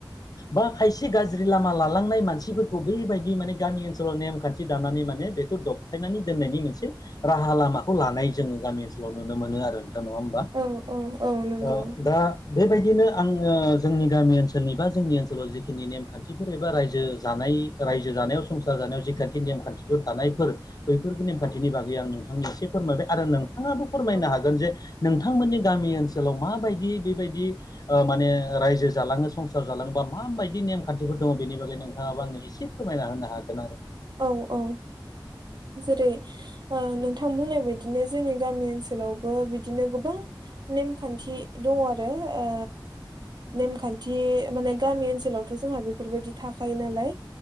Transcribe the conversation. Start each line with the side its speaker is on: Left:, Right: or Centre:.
Left: बा खायसे गाज्रि लामा लालांनाय मानसिफोरखौ बेबायदि माने गामि ओनसोलाव नेमखान्थि दानानै माने बेखौ दबथाय नानै दोननायनि मोनसे राहा लामाखौ लानाय जोङो गामि ओनसोलाव नुनो मोनो आरो नोंथां नंङा होमबा
Right: औ औ औ नंगौ
Left: ओ दा बेबायदिनो आंङो जोंनि गामि ओनसोलनि बा जोंनि ओनसोलाव जि खिनि नेमखान्थिफोर एबा रायजो जानाय रायजो जानायाव संसार जानायाव जिखान्थि नेमखान्थिफोर थानायफोर बैफोर नेमखान्थिनि बागै आं नोंथांनि एसे फोरमायबाय आरो नोंथाङाबो फोरमायनो
Right: औ
Left: हागोन जे नोंथांमोननि गामि ओनसोलाव माबायदि बेबायदि ओ माने रायजो जालाङो संसार जालाङोबा माबायदि नेमखान्थिफोर दङ बेनि बागै नोंथाङाबो आंनो एसे फोरमायना होनो हागोन आरो
Right: औ औ जेरै ओ नोंथां बुंनाय बायदिनो जोंनि गामि ओनसोलाव बो बिदिनो गोबां नेमखान्थि दङ' आरो ओ नेमखान्थि माने गामि ओनसोलावथ' जोंहा बे फोरबायदि थाखायो नालाय